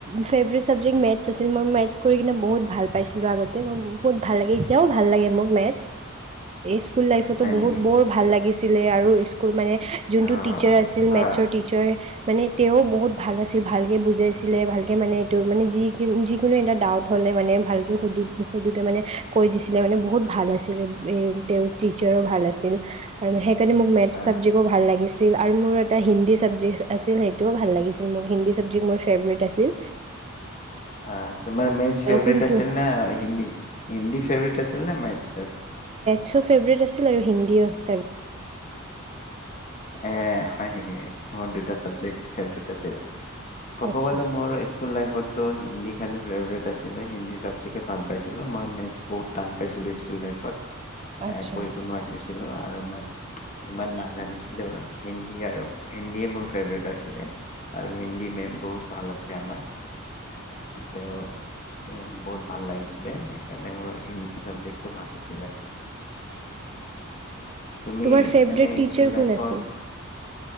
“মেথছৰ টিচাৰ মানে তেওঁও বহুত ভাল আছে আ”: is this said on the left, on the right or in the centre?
Right